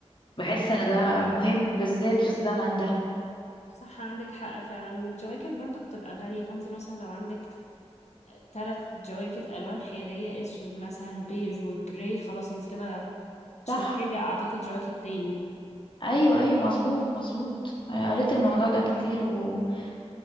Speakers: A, on the left; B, on the left.
A: بحس ان ده مهم بالذات في الزمن ده
B: صح عندك حق فعلا والجواكت برضو بتبقى غالية فانتي مثلا لو عندك تلات جواكت ألوان حيادية أسود مثلا بيج وجراي خلاص انت كده مش
A: صح
B: محتاجة أعتقد جواكت تاني
A: ايوه ايوه مظبوط مظبوط أنا قريت الموضوع ده كتير وفعلا